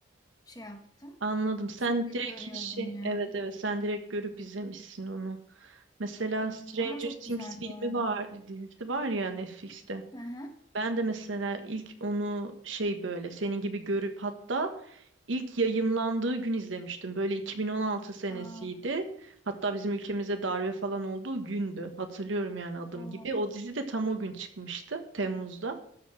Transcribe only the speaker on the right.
Anladım. Sen
direkt
hiç şey,
evet evet sen direkt görüp izlemişsin onu. Mesela
Stranger
Things
filmi
var, dizisi var ya Netflix'te.
Ben de mesela ilk onu şey böyle senin gibi görüp hatta ilk yayımlandığı gün izlemiştim. Böyle 2016 senesiydi.
Hatta bizim ülkemizde darbe falan olduğu gündü. Hatırlıyorum yani adım
gibi. O dizi de tam o gün çıkmıştı Temmuz'da.